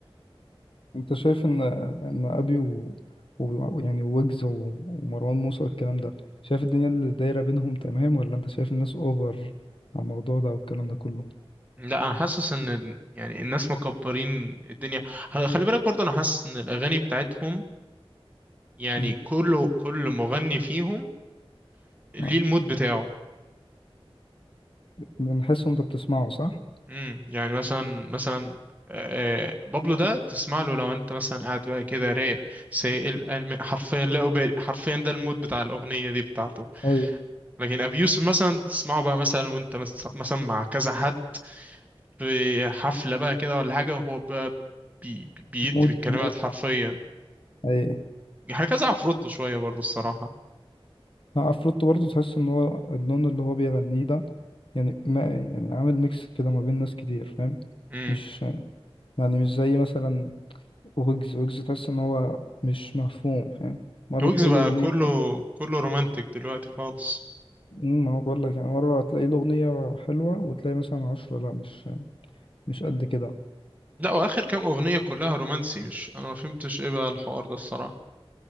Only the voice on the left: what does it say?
انت شايف ان ان ابي و... و... يعني ويجز و... ومروان موسى والكلام ده شايف الدنيا اللي دايره بينهم تمام ولا انت شايف الناس اوفر على الموضوع ده والكلام ده كله
مم.
اه
بنحس انت بتسمعه صح
اي
مود
مود
اي
اه، عفروتو برضه تحس ان هو اللون اللي هو بيغنيه ده يعني ما يعني عامل ميكس كده ما بين ناس كتير فاهم
مش يعني مش زي مثلا ويجز ويجز تحس ان هو مش مفهوم فاهم مرة
تلاقي
له أغنية
أمم، ما هو بقول لك يعني مرة تلاقي له أغنية حلوة وتلاقي مثلا عشرة لا مش مش قد كده